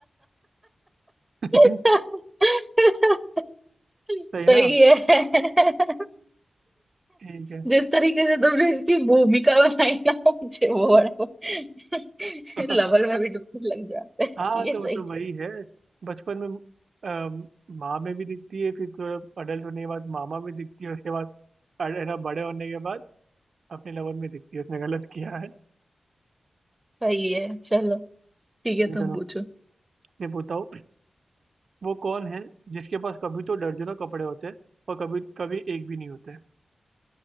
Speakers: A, on the right; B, on the right.
A: <laughs>
B: <laughs>
A: सही
B: सही
A: ना
B: है <laughs>
A: ठीक
B: जिस तरीके से तुमने इसकी भूमिका बनाई ना मुझे वो बड़ा <laughs>
A: है
B: लवल
A: <laughs>
B: में भी डूबने लग जाते हैं
A: हाँ
B: <laughs> ये
A: तो
B: सही
A: मतलब वही
B: था
A: है बचपन में अम, माँ में भी दिखती है फिर थोड़ा अडल्ट होने के बाद मामा में दिखती है उसके बाद अड- है ना बड़े होने के बाद अपने लवन में दिखती है उसने गलत किया है
B: सही है चलो ठीक
A: चलो
B: है तुम पूछो
A: मैं बताओ वो कौन है जिसके पास कभी तो दर्जनों कपड़े होते हैं और कभी कभी एक भी नहीं होते